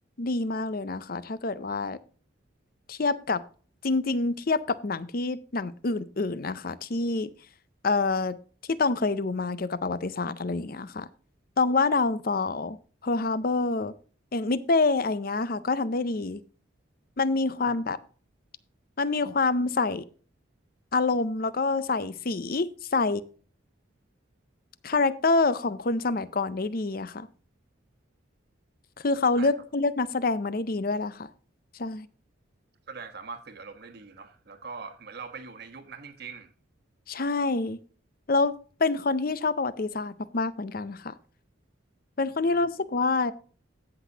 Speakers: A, on the left; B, on the right.
A: ดีมากเลยนะคะถ้าเกิดว่าเทียบกับจริงๆเทียบกับหนังที่หนังอื่นๆนะคะที่เอ่อที่ต้องเคยดูมาเกี่ยวกับประวัติศาสตร์อะไรอย่างเงี้ยค่ะต้องว่า Downfall Pearl Harbor อย่าง Midway อะไรอย่างเงี้ยค่ะก็ทำได้ดีมันมีความแบบ
B: อืม
A: มันมีความใส่อารมณ์แล้วก็ใส่สีใส่คาแรคเตอร์ของคนสมัยก่อนได้ดีอะค่ะ คือเขาเลือกเลือกนักแสดงมาได้ดีด้วยแหละค่ะ
B: ใช่ครับ
A: ใช่
B: แสดงสามารถสื่ออารมณ์ได้ดีเนาะแล้วก็เหมือนเราไปอยู่ในยุคนั้นจริง
A: ใช่แล้วเป็นคนที่ชอบประวัติศาสตร์มากๆเหมือนกันค่ะ
B: ๆอืม
A: เป็นคนที่รู้สึกว่า